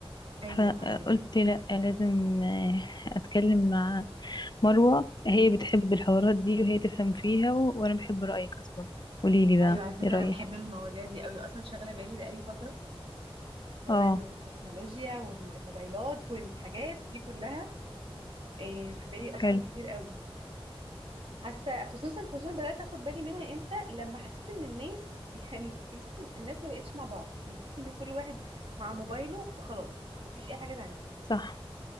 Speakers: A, on the right (about 60°); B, on the left (about 45°).
A: ايوه
B: فقلت
A: ايوه
B: لا لازم آه، اتكلم مع مروه هي بتحب الحوارات دي وهي تفهم فيها و- وانا بحب رايك اصلا قوليلي بقى
A: ايوه على فكره
B: ايه رايك
A: انا بحب المواضيع دي قوي اصلا شاغله بالي بقالي فتره حوار
B: اه
A: التكنولوجيا والموبايلات والحاجات دي كلها إيه في بالي اصلا
B: حلو
A: كتير قوي حاسه خصوصا خصوصا بدات اخد بالي منها امتى لما حسيت ان الناس <laughs> يعني تحسي الناس ما بقتش مع بعض يعني تحسي ان كل واحد مع موبايله وخلاص مفيش اي حاجه تانية
B: صح